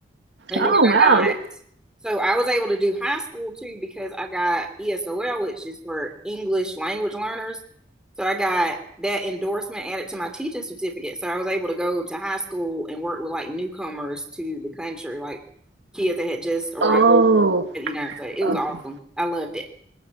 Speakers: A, in the centre; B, on the right.
A: And
B: Oh,
A: then
B: wow.
A: I got, so I was able to do high school too because I got ESOL, which is for English language learners. So I got that endorsement added to my teaching certificate. So I was able to go to high school and work with like newcomers to the country, like kids that had just arrived
B: Oh,
A: at the United States. It
B: okay.
A: was awesome. I loved it.